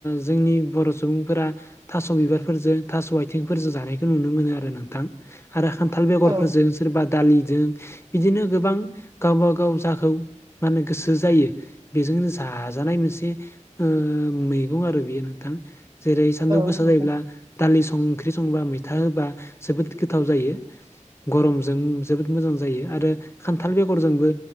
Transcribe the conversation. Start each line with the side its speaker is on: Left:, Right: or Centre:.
Left: जोंनि बर' सुबुंफोरा थास' बिबारफोरजों, थास' आथिंफोरजों जानायखौ नुनो मोनो आरो नोंथां आरो खान्थाल बेगरफोरजों।
Right: औ औ नोंथां औ नोंथां औ
Left: सोरबा दालिजों बिदिनो गोबां गावबा गाव जाखौ मा होनो गोसो जायो बेजोंनो जाजानाय मोनसे ओ मैगं आरो बियो नोंथां जेरै सानदुं गोस
Right: नोंथां
Left: दालि सं ओंख्रि संबा मैथा होबा जोबोद गोथाव जायो। गरमजों जोबोद मोजां जायो आरो खान्थाल बेगरजोंबो